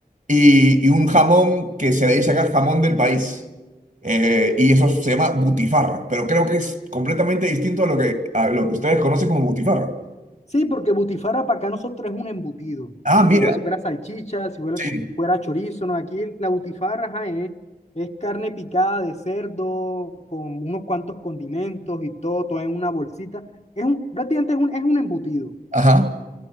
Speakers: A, on the right; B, on the left.
A: y, y un jamón que se le dice acá jamón del país. Eh, y eso se llama butifarra, pero creo que es completamente distinto a lo que, a lo que ustedes conocen como butifarra.
B: Sí, porque butifarra para acá nosotros es un embutido.
A: Ah,
B: Así
A: mira.
B: como si fuera salchicha, si fuera,
A: Sí.
B: fuera chorizo, ¿no? Aquí la butifarra, ajá, es, es carne picada de cerdo con unos cuantos condimentos y todo, todo en una bolsita. Es un, prácticamente es un, es un embutido.
A: Ajá.